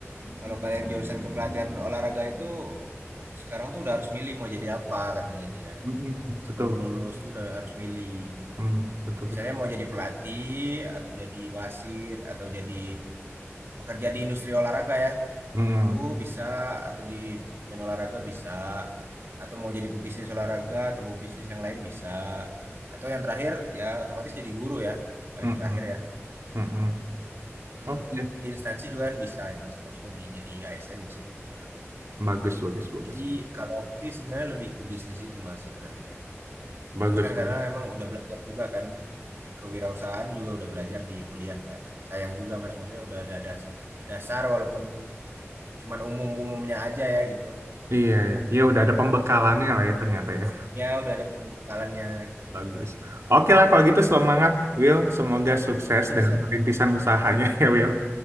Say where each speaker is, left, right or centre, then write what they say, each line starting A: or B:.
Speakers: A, on the right; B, on the right.
A: kalau kalian jurusan kepelatihan olahraga itu sekarang tuh udah harus milih mau jadi apa katanya dia.
B: Mm-mm.
A: Sebelum
B: Betul.
A: lulus tuh udah harus milih.
B: Mm. Betul
A: Misalnya
B: betul.
A: mau jadi pelatih atau jadi wasit atau jadi pekerja di industri olahraga ya.
B: Mm.
A: Itu bisa atau di manajemen olahraga bisa atau mau jadi pebisnis olahraga atau pebisnis yang lain bisa. Atau yang terakhir ya otomatis jadi guru ya, paling
B: Mm-mm.
A: terakhir ya.
B: Mm-mm.
A: Hmm,
B: Oke.
A: di instansi juga kan bisa ya Mas. Maksudnya di jadi ASN bisa juga.
B: Bagus bagus bagus.
A: Jadi kalau aku sih sebenarnya lebih ke bisnis itu Mas sebenarnya.
B: Bagus
A: Terus kan
B: bagus.
A: karena memang udah belajar juga kan kewirausahaan juga udah belajar di kuliah kan. Sayang juga Mas maksudnya udah ada das- dasar walaupun cuman umum-umumnya aja ya gitu.
B: Iya ya. Ya udah ada pembekalannya lah ya ternyata ya.
A: Ya udah ada pembekalannya gitu.
B: Bagus. Oke lah kalau gitu semangat Will. Semoga sukses
A: Ya
B: dengan
A: siap-siap
B: perintisan
A: Mas.
B: usahanya <laughs> ya Will.